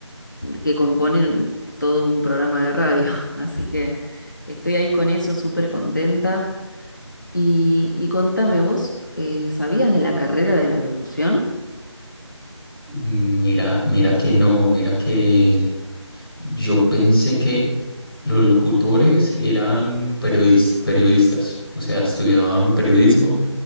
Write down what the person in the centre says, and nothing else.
Mm, Mira, mira que no, mira que yo pensé que los locutores eran periodis- periodistas, o sea, estudiaban periodismo